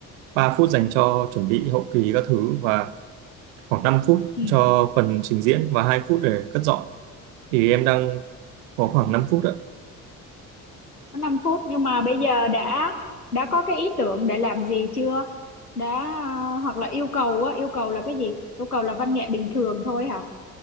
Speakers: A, on the right; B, on the left.
A: 3 phút dành cho chuẩn bị hậu kỳ các thứ và khoảng 5 phút
B: ừ,
A: cho phần trình diễn và 2 phút để cất dọn. Thì em đang có khoảng 5 phút ạ.
B: có năm phút nhưng mà bây giờ đã đã có cái ý tưởng để làm gì chưa? Đã à, hoặc là yêu cầu á, yêu cầu là cái gì? Yêu cầu là văn nghệ bình thường thôi hả?